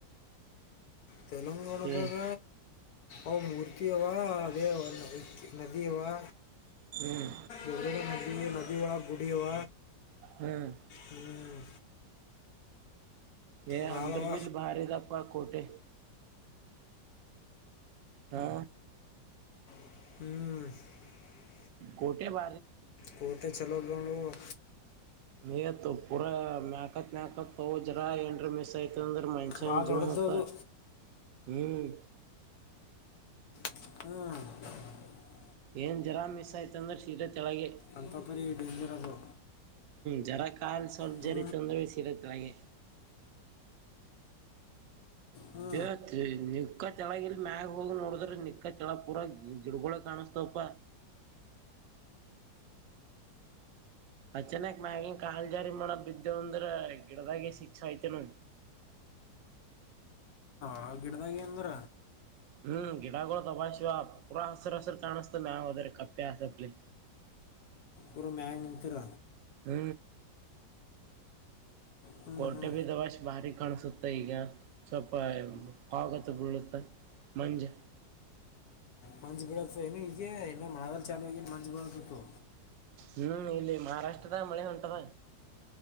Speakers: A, on the left (about 65°); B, on the right (about 80°).
A: ತೆಲಂಗಾಣದಾಗ
B: ಏ
A: ಓಂ ಉಊರ್ತಿವ ಅದೇ ಇ ನದಿಯವಾ
B: ಹ್ಮ್
A: ಎ ಈ ನದಿಯ ಒಳಗೆ ಗುಡಿಯುವ
B: ಹ್ಮ್
A: ಹ್ಮ್
B: ಏ
A: ಬಳವ
B: ಅಂದ್ರ ಬಿ ಇಲ್ಲಿ ಭಾರಿ ಇದಪ್ಪ ಕೋಟೆ ಹಾ
A: ಹ್ಮ್
B: ಕೋಟೆ ಬ
A: ಕೋಟೆ ಚಲೋ <unintelligible>
B: ನಿಯತ್ತು ಪೂರ ಮ್ಯಾ ತ್ ನ ಆಕತ್ ನಾ ಕಪ್ಪೋ ಜರ ಎಂಟ್ರ್ ಮಿಸ್ ಆಯ್ತಂದ್ರ ಮನ್ಸನ್
A: ಭಾಳ
B: ಜೀವನ
A: ದೊಡ್ಡದು
B: ಹೊತ್ತ
A: ಅದು
B: ಹ್ಮ್.
A: ಹ್ಮ್
B: ಏನ್ ಜರಾ ಮಿಸ್ ಆಯ್ತ ಅಂದ್ರೆ ಶೀದಾ ಕೆಳಗೆ
A: ಅಂತಪರಿ ಡೇಂಜರ್ ಅದು.
B: ಜರಾಕ್ ಕಾಲ್ ಸ್ವಲ್ಪ
A: ಹ್ಞೂ
B: ಜರಿತಂದ್ರೇಸಿ ಇದಕ್ಕಾಗೆ
A: ಹ್ಞೂ
B: ಏಯ್ ನಿಕ್ಕ ಚಲ ಇಲ್ ಮ್ಯಾಗ ಹೋಗಿ ನೋಡಿದ್ರ ನಿಕ್ಕ ಚಲ ಪೂರ ಗಿಡಗೊಳೆ ಕಾಣಸ್ತಪ. ಅ ಚೆನಕ್ ಮ್ಯಗಿನ್ ಕಾಲ್ ಜಾರಿ ಮಾಡೋ ಬಿದ್ದೇವ ಅಂದ್ರ ಗಿಡದಾಗ ಸಿಕ್ಕ್ ಸಾಯ್ತೀವ್ ನವ್
A: ಹಾ ಗಿಡದಾಗಿ ಅಂದ್ರ
B: ಹ್ಮ್ ಗಿಡಾಗುಳ ದಬ ಶಿವ ಪೂರ ಹಸರ ಹಸರ ತಾಣಸ್ತ ಮ್ಯಲ್ ಹೋದ್ರೆ ಕಪ್ಪೆ ಆಸಪ್ಲಿ
A: ಪೂರ ಮ್ಯಾಗ್ ನಿಂತೀರ
B: ಹ್ಮ
A: ಹ್ಞೂ
B: ಕೊರ್ಟೆ
A: ಹ್ಞೂ
B: ಬಿ ದಬಾಸ್ ಬಾರಿ. ಕಾಣಿಸುತ್ತೆ ಈಗ ಸ್ವಲ್ಪ ಪಾಗತ್ತು ಬಿಳುತ್ತೆ ಮಂಜ್
A: ಮಂಜ್ ಬೀಳತ್ತದೇನು ಈ ಈಗೆ ಇನ್ನು ಮಳೆಗಾಲ್ ಚಾಲು ಆಗಿನ್ ಮಂಜ್ ಬರದತ್ತು.
B: ಹ್ಮ್ ಇಲ್ಲಿ ಮಹಾರಾಷ್ಟ್ರದಾಗ್ ಮಳೆ ಹೊಂಟದ.